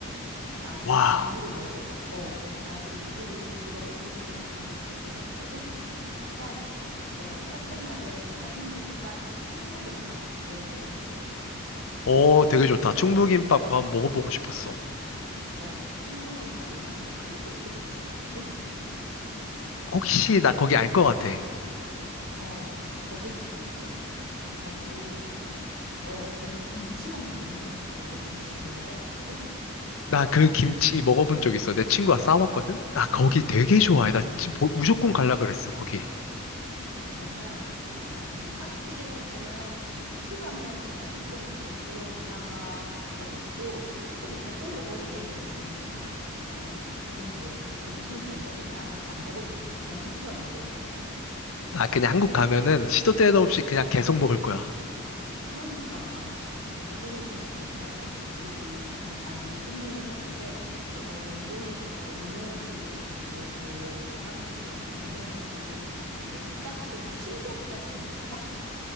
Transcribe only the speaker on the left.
와,
오, 되게 좋다. 충무김밥
그거 한번 먹어보고 싶었어.
혹시
나 거기 알 것 같아.
나 그 김치 먹어본 적 있어. 내 친구가 싸왔거든? 나 거기 되게
좋아해. 나 지- 뭐- 무조건 갈라 그랬어, 거기.
나 그냥 한국 가면은 시도 때도 없이 그냥
계속 먹을 거야.